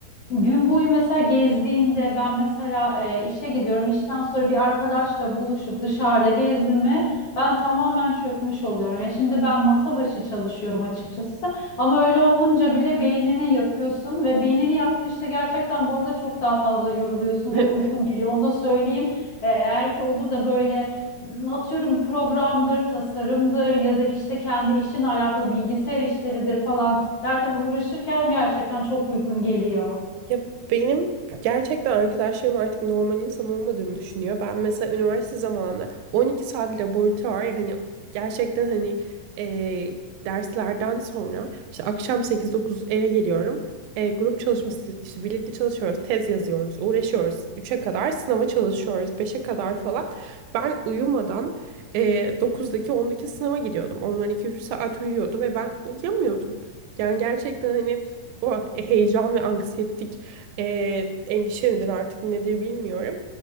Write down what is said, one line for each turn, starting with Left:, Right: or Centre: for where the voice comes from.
Left: Gün boyu mesela gezdiğinde ben mesela e, işe gidiyorum. İşten sonra bir arkadaşla buluşup dışarıda gezdiğimi ben tamamen çökmüş oluyorum. Ya şimdi ben masa başı çalışıyorum açıkçası. Ama öyle olunca bile beynini yakıyorsun ve beynini yaksın işte gerçekten bu arada çok daha fazla yoruluyorsun
Right: <laughs>
Left: ve uykun geliyor. Onu da söyleyeyim. E, eğer ki olur da böyle m, atıyorum programdır, tasarımdır ya da işte kendi işinle alakalı bilgisayar işleridir falan derken uğraşırken gerçekten çok uykun geliyor.
Right: Ya benim gerçekten arkadaşlarım artık normal insan olmadığımı düşünüyor. Ben mesela üniversite zamanı 12 saat laboratuvar hani gerçekten hani eee, derslerden sonra işte akşam sekiz dokuz eve geliyorum. Eee, grup çalışması işte birlikte çalışıyoruz, tez yazıyoruz, uğraşıyoruz. üç'e kadar sınava çalışıyoruz, beşe kadar falan. Ben uyumadan eee 9'daki 10'daki sınava gidiyordum. Onlar iki üç saat uyuyordu ve ben uyuyamıyordum. Yani gerçekten hani o heyecan ve anksiyetik ee, endişe midir artık nedir bilmiyorum.